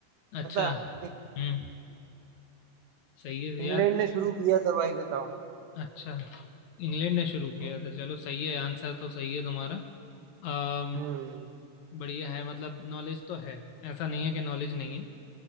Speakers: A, on the left; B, on the right.
A: अच्छा
B: पता
A: हम्म
B: इं-
A: सही है
B: इंग्लैंड
A: यार लेकिन
B: ने शुरू किया था भाई बताओ
A: अच्छा इंग्लैंड ने शुरू किया था चलो सही है आंसर तो सही है तुम्हारा अम
B: हम्म
A: बढ़िया है मतलब नॉलेज तो है ऐसा नहीं है कि नॉलेज नहीं है